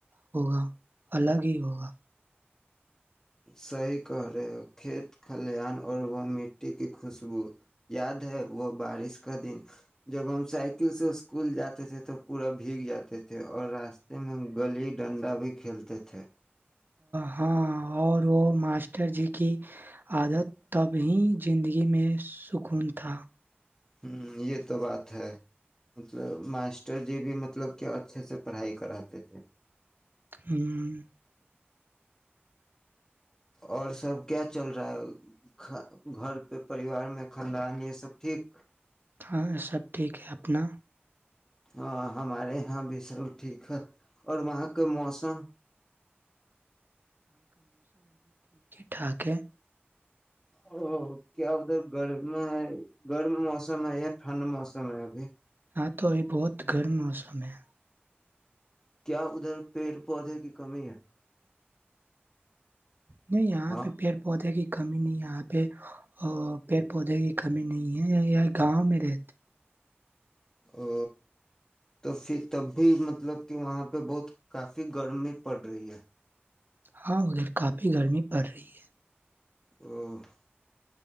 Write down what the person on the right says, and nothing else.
ہوگا الگ ہی ہوگا
ہاں اور وہ ماسٹر جی کی عادت تب ہی زندگی میں سکون تھا
ہم،
ہاں سب ٹھیک ہے اپنا
ٹھاکے <unintelligible>
ہاں تو ا بہت گٹ موسم ہے
نہیں یہاں
پہ پیڑ پودے کی کمی نہیں یہاں پہ اور پیڑ پودے کی کمی نہیں ہے یہ گاؤں میں رہتے
ہاں ادھر کافی گرمی پڑ رہی ہے